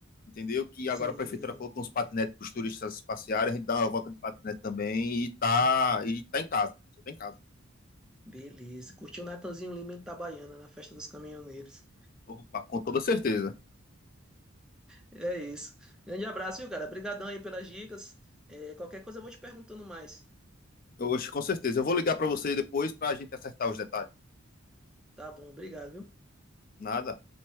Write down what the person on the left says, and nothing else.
entendeu? Que
agora a prefeitura colocou uns patinetes para os turistas passearem, a gente dá uma volta de patinete também e tá, e tá em casa. Você tá em casa.
Opa, com toda certeza.
Hoje, com certeza. Eu vou ligar para você depois para a gente acertar os detalhes.
Nada.